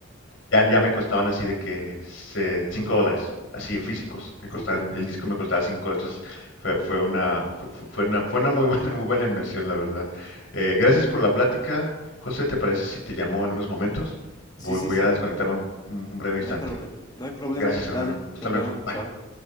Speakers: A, on the left; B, on the left.
A: Ya, ya me costaban así de que se- cinco dólares, así de físicos. Me costaban,
B: Súper.
A: el disco me costaba cinco, entonces fue, fue una, fu- fu- fue, una, fue una muy <laughs> buena, muy buena inversión, la verdad. Eh, gracias por la plática. José, ¿te parece si te llamo en unos momentos?
B: Sí,
A: Voy,
B: sí,
A: voy
B: sí.
A: a desconectarme un un breve instante.
B: No hay problema. No hay problema.
A: Gracias,
B: Dale,
A: hermano. Hasta
B: nos
A: luego.
B: vemos.
A: Bye.
B: Chao.